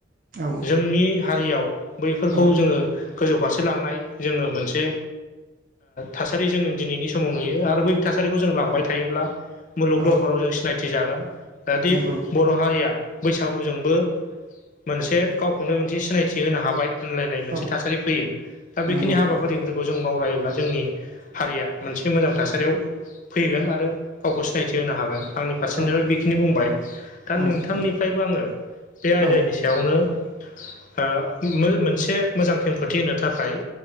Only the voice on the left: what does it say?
जोंनि हारियाव बैफोरखौ
जोङो गोजौ फारसे लांनाय जोङो मोनसे थासारि जोङो दिनैनि समाव नुयो आरो बै थासारिखौ जों लांबाय थायोब्ला मुलुग
दरबाराव जों सिनायथि जागोन जे
बर' हारिया बैसागुजोंबो मोनसे गावखौनो मोनसे सिनायथि होनो हाबाय होनलायनाय मोनसे
थासारि फैयो। दा बेखिनि
हाबाफारि
फोरखौ जों मावलायोब्ला जोंनि हारिया मोनसे मोजां थासारियाव फैगोन आरो गावखौ सिनायथि होनो हागोन। आंनि फारसेनिफ्राय
बेखिनि बुंबाय। दा
नोंथांनिफ्रायबो
आङो बे आयदानिसिम
बेयावनो आ मो-मोनसे मोजां खेंफोरथि होनो थाखाय